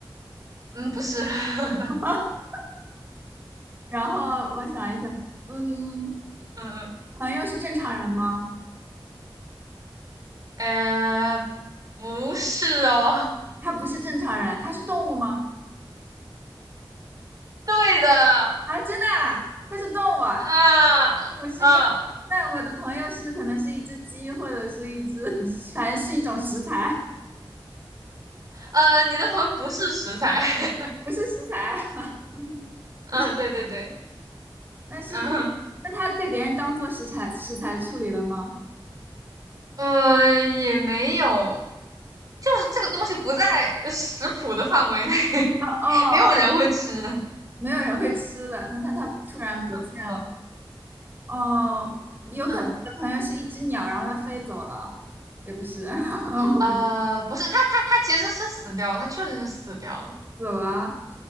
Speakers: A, on the right (about 45°); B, on the right (about 25°).
A: 嗯，不是，<laughs>
B: <laughs> 然后我想一想，嗯，
A: 嗯
B: 朋友是正常人吗？
A: 嗯，呃，不是哦，
B: 他不是正常人，他是动物吗？
A: <laughs> 对的，
B: 啊，真的啊，它是动物啊。
A: 啊啊
B: 我是跟，那我的朋友是可能是一只鸡，或者是一只，<laughs> 反正是一种食材，
A: 呃，你的朋友不是食材，<laughs>
B: 不是食材啊
A: 嗯，
B: <laughs> 不是。
A: 对对对，
B: 但是它，
A: 嗯
B: 那他被别人当做食材食材处理了吗？
A: 呃，也没有，就是这个东西不在食谱的范围内，<laughs>
B: 哦哦哦，
A: 没有人会吃的，
B: 没有人会吃的。那他他突然不见了，
A: 嗯
B: 哦，有可能我的朋友是一只鸟，
A: 嗯
B: 然后它飞走了，也不是，<laughs> 我不知
A: 呃，不是，他他他其实是死掉了，他确实是死掉了。
B: 走了。